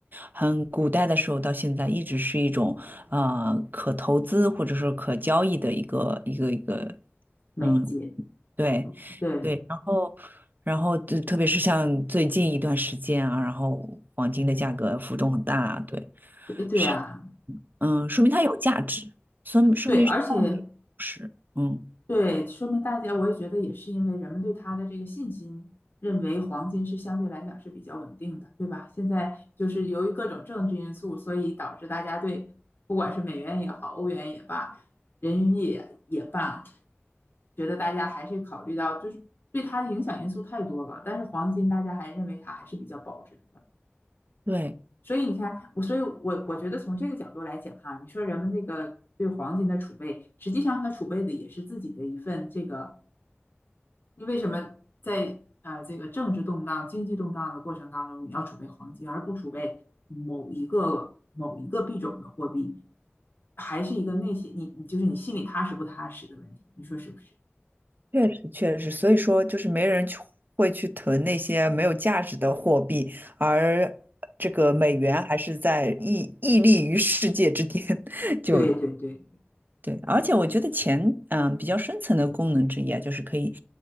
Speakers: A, on the right (about 50°); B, on the left (about 55°).
A: 很古代的时候到现在，一直是一种呃可投资或者是可交易的一个一个一个，
B: 美金，
A: 嗯，对
B: 对，
A: 对，然后然后就特别是像最近一段时间啊，然后黄金的价格浮动很大啊，对，
B: 对啊，
A: 是嗯，说明它有价值，说明说明是价
B: 对，而且
A: 值，嗯，
B: 对，说明大家我也觉得也是因为人们对它的这个信心，认为黄金是相对来讲是比较稳定的，对吧？现在就是由于各种政治因素，所以导致大家对不管是美元也好，欧元也罢，人民币也也罢，觉得大家还是考虑到就是对它的影响因素太多了，但是黄金大家还认为它还是比较保值的。
A: 对，
B: 所以你看，我所以我我觉得从这个角度来讲哈，你说人们那个对黄金的储备，实际上他储备的也是自己的一份这个，你为什么在啊、呃这个政治动荡、经济动荡的过程当中，你要储备黄金，而不储备某一个某一个币种的货币，还是一个内心你你就是你心里踏实不踏实的问题，你说是不是？
A: 确实确实，所以说就是没人去会去囤那些没有价值的货币，而这个美元还是在屹屹立于世界之巅，<laughs> 就
B: 对对对，
A: 对，而且我觉得钱，嗯、比较深层的功能之一啊，就是可以